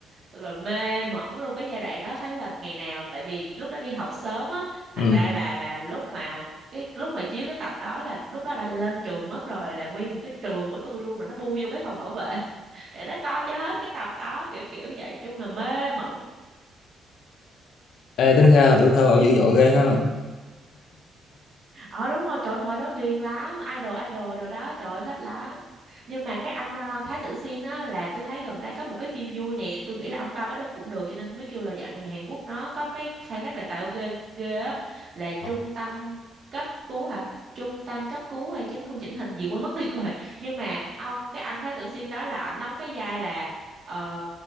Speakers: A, on the right; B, on the left.
A: tôi là mê mẩn luôn cái giai đoạn đó thấy là ngày nào tại vì lúc đó đi học sớm á thành
B: ừ
A: ra là là lúc mà cái lúc mà chiếu cái tập đó là lúc đó đã lên trường mất rồi là nguyên một cái trường của tôi luôn là nó bu vô cái phòng bảo vệ <laughs> để nó coi cho hết cái tập đó kiểu kiểu vậy chung là mê mẩn
B: Ê, tính ra là tuổi thơ bảo dữ dội ghê ha
A: ờ đúng rồi trời thời đó ghiền lắm idol idol đồ đó trời ơi, thích lắm nhưng mà cái anh ờ, Thái Tử Sin á là tôi thấy gần đây có một cái phim vui nè tôi nghĩ là ông coi cái đó cũng được cho nên mới kêu là dạo này Hàn Quốc nó có cái khai thác đề tài ghê ghê á là
B: Ờ.
A: trung tâm cấp cứu hả trung tâm cấp cứu hay chấn thương chỉnh hình gì quên mất tiêu rồi <laughs> nhưng mà ông cái anh Thái Tử Sin đó là ảnh đóng cái vai là ờ,